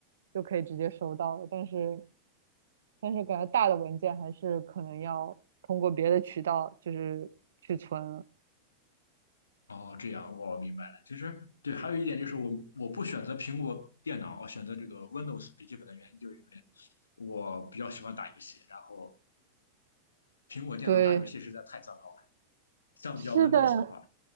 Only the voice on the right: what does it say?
就可以直接收到了。但是但是感觉大的文件还是可能要通过别的渠道就是去存了。
对，
是的，